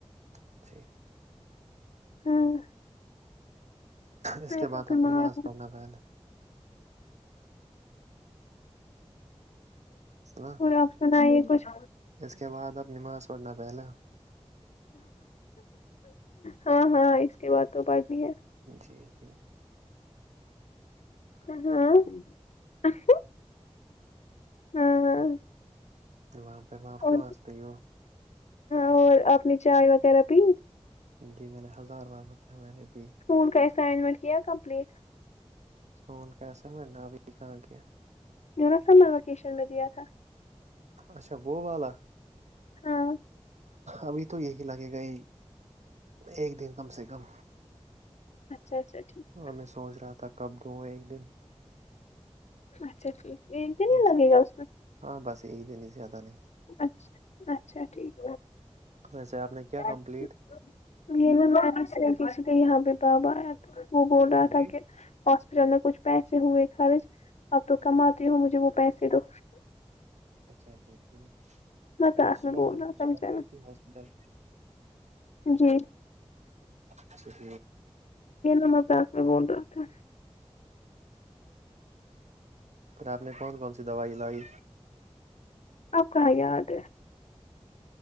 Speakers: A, on the right; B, on the left.
A: اچھ <unintelligible> <unintelligible>
B: ہوں
A: اس کے بعد
B: تو بیمار
A: آپ نماز
B: ہوں
A: پڑھنا پہلے سنا
B: کوئی آپشن آئی ہے کچھ
A: اس کے بعد اب نماز پڑھنا پہلا
B: ہاں ہاں اس کے بعد تو بڑ بھی ہے
A: جی جی
B: ہاں <unintelligible> ہاں
A: ج وہاں پہ مع آپ کے
B: اور
A: واںس رہی ہو
B: اور آپ نے چائے وغیرہ پی
A: جی میں نے ہزار بار بتایا میں نے ابھی
B: اسکول کا اسائنمنٹ کیا کمپلیٹ
A: فون کیسا ہے میں نا ابھی کہاں گیا
B: جو نا سمر وکیشن میں دیا تھا
A: اچھا وہ وال والا
B: ہاں
A: ابھی تو یہی لگے گئے ایک دن کم سے کم
B: اچھا اچھا ٹھیک
A: اور
B: ہے
A: میں سوچ رہا تھا کب دوں ایک دن
B: اچھا ٹھیک ایک دن
A: جی
B: ہی لگے گا اس میں
A: ہاں بس ایک دن ہی زیادہ نہیں
B: اچھا اچھا ٹھیک
A: ویسے آپ نے کیا
B: ہے
A: کمپلیٹ
B: یہ کسی کا یہاں پہ بابایا وہ بول رہا تھا
A: جی
B: کہ ہاسپٹل میں کچھ پیسے ہوئے خرچ اب تو کماتی ہو مجھے وہ پیسے دو
A: اچھا اچا ٹھیک
B: مذاق
A: اچا صبح
B: میں بول
A: ج
B: رہا تھا
A: صبح
B: بچارا
A: ہاسپٹل
B: جی
A: اچٹ
B: ا مزہ آ اٹتا
A: پ آپ نے کون کون سی دوائی لائی
B: آپا یاد